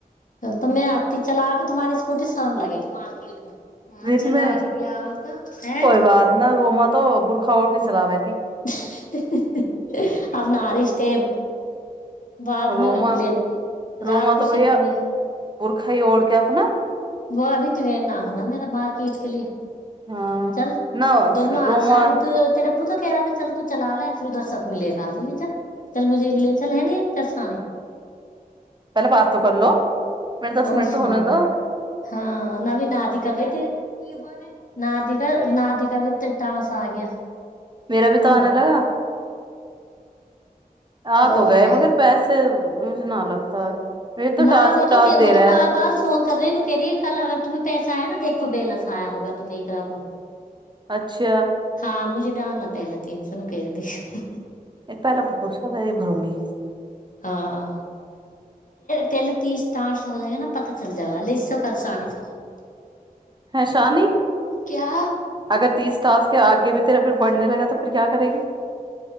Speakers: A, on the left; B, on the right.
A: تو میں آتی چلا کے تمہاری اسکوٹی شام لگے گی مارکیٹ میں ہاں
B: رت
A: چلا
B: میں
A: لیا گیا ہو تو ا
B: کوئی بات نہ رووما تو برکھا اڑ کے چلالے تی
A: <unintelligible> بعد
B: رووما
A: میں لے رات
B: رووما
A: کو
B: تو
A: سیکھوں
B: بھیا
A: گی
B: برکھا ہی اوڑ کے اپنا
A: وہ ابھی ٹرین نہ ہونا میرے مارکیٹ کے لیے
B: ہاں
A: چل
B: نہ
A: دونوں
B: روما
A: آسانی تو تے ابو تو کہہ رہا تھا چل تو چلا لے پھر ادھر س اپنے لے کے آ جائیے جا چل مجے بھی لے چلے نہیں چرساانی
B: پہلے بات تو کر لو منٹ دس
A: اور
B: منٹ تو
A: سنا
B: ہونے دو
A: ہاں نین آاد کرب کے بی ناد کاا ناد کاا بھی ت ٹانس آ گیا
B: میرا بھی تو
A: وہ
B: آنے لگا ہاں
A: اور
B: تو گئے
A: کیا
B: مگر پیسے مجھے نہ لگتا ہے یہ تو
A: نہ
B: ٹاسک
A: وہ
B: پہ
A: تو
B: ٹاسک دے
A: وہ
B: رہا
A: تو بات پرار فون کر رہےوں کہہ رہیے کل اگر تمیں پیسہ آیا نا دیکو بلینس آیا ہوگا تمیں ایکرب کو
B: اچھا
A: ہاں مجھے ڈالنا پہلے تین سو میں کہ رہی تھی
B: یہ پہلا بہت سزاری بھروں گی
A: ہاں تل تیس اسٹارس ہو جائے گا نا پت چل جائے گا لے اس س پشانی س بات
B: ہے شانی
A: کیا
B: اگر تیس ٹاسک کے آگے بھی تیرا پھر بڑھنے لگا تو پھر کیا کرے گی